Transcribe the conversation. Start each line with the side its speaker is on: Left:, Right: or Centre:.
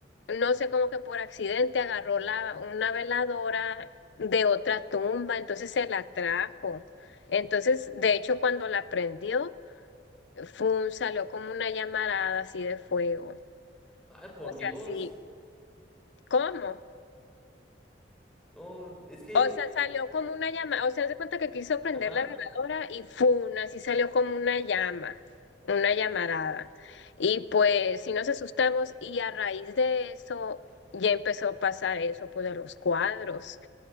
Left: no sé, como que por accidente agarró la, una veladora de otra tumba, entonces se la trajo. Entonces, de hecho, cuando la prendió, fue, salió como una llamarada así de fuego.
Centre: Ay, por
Left: O
Centre: Dios.
Left: sea, sí, ¿cómo?
Centre: No, es que,
Left: O sea, salió como una llama, o sea, se cuenta que quiso prender
Centre: ajá.
Left: la veladora y fun, así salió como una llama, una llamarada. Y pues sí nos asustamos y a raíz de eso ya empezó a pasar eso, pues de los cuadros.